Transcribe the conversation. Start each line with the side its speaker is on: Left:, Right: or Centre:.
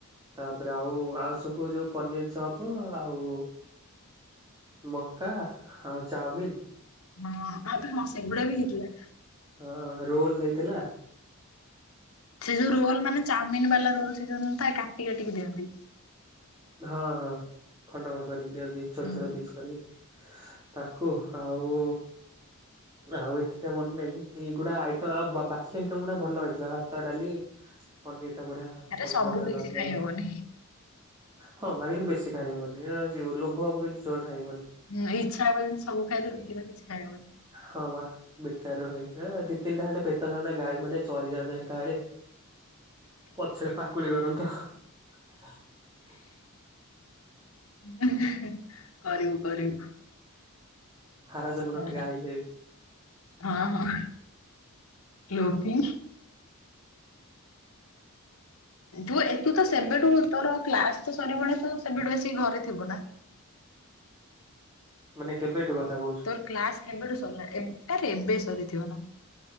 Right: ତାପରେ ଆଉ ଆଉ ସବୁ ଯୋଉ ପନିର ଚପ୍ ଆଉ ମକା ଆଉ ଚାଉମିିନ
Left: ହଁ ଆ ପରେ କଣ ସେଗୁଡା ବି ହେଇଥିଲା?
Right: ହଁ ରୋଲ ଦେଇଥିଲା।
Left: ସେ ଯୋଉ ରୋଲ ମାନେ ଚାଉମିନ ବାଲା ରୋଲ ସେ ଯୋଉ ନଥାଏ କାଟି କାଟିକି ଦିଅନ୍ତି।
Right: ହଁ ହଁ ଖଣ୍ଡ ଖଣ୍ଡ କରି ଦିଅନ୍ତି ଛୋଟ
Left: ହୁଁ
Right: ଛୋଟ ପିସ୍ କରି। ତାକୁ ଆଉ ଆଉ ଏତେଟା ମନେ ନାଇଁ ଏଇଗୁଡା ଆଇଟମ ଆଉ ବାକି ଆଇଟମ୍ ଗୁଡା ଭଲ ହେଇଥିଲା। ଭାତ, ଡାଲି ପନିର ଟା ବଢିଆ
Left: ଆରେ
Right: ପନିର
Left: ସବୁ
Right: ଟା ବଢିଆ
Left: କିଛି
Right: ଲାଗୁଥିଲା
Left: ଖାଇହବନି।
Right: ତାର। ହଁ ବା କିନ୍ତୁ ବେଶୀ ଖାଇହବନି ଏଁ ସେ ଲୋଭ ହବ କିନ୍ତୁ ଯୋର ଖାଇହବନି।
Left: ଉଁ ଇଚ୍ଛା ହବ ଯେମିତି ସବୁ ଖାଇଦେବି କିନ୍ତୁ କିଛି ଖାଇହବନି।
Right: ହଁ ବା। ବେକାର <unintelligible> ଦି ତିନଟା ଖଣ୍ଡେ ପେଟ ଥାନ୍ତା ଗାଈ ଭଳି। ଚରିଯାଆନ୍ତା ଏକାବେଳେ ପଛରେ ପାକୁଳି କରନ୍ତ। ହ
Left: ଉଁ କରିବୁ କରିବୁ।
Right: ଆର ଜନ୍ମ ରେ
Left: ହେଲା
Right: ଗୋଟେ ଗାଈ ହେବି।
Left: ହଁ ହଁ ଲୋଭିି। ତୁ ଏତୁ ତ ସେବେଠୁ ତୋର କ୍ଲାସ ତ ସରିବଣି। ତୁ ସେବେଠୁ ଆସିକି ଘରେ ଥିବୁ ନା?
Right: ମାନେ କେବେଠୁ କଥା କହୁଛୁ?
Left: ତୋର କ୍ଲାସ କେବେଠୁ ସରିଲା ଏବ୍ ଆରେ ଏବେ ସରିଥିବ ନା?